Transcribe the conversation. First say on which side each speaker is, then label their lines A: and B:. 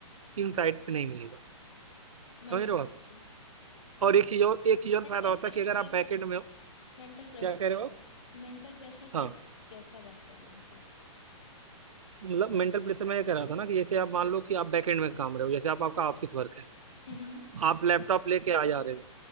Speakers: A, on the right (about 70°); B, on the left (about 55°).
A: इन साइड पे नहीं मिलेगा
B: Mental
A: समझ रहे हो
B: pressure
A: आप और
B: मतलब
A: एक चीज और एक चीज और
B: मेंटल
A: फायदा होता
B: प्रेशर
A: है कि अगर
B: कैसा
A: आप बैकेंड में हो
B: मेंटल प्रेशर
A: क्या कह रहे
B: कैसा
A: हो
B: मेंटल प्रेशर
A: आप
B: कैसा कैसा बात कर रहे हो मतलब
A: मतलब मेंटल प्रेशर मैं ये कह रहा था ना कि जैसे आप मान लो कि आप बैकएंड में काम रहे हो जैसे आप आपका ऑफिस वर्क है
B: हम्म हम्म,
A: आप लैपटॉप लेके आ जा रहे हो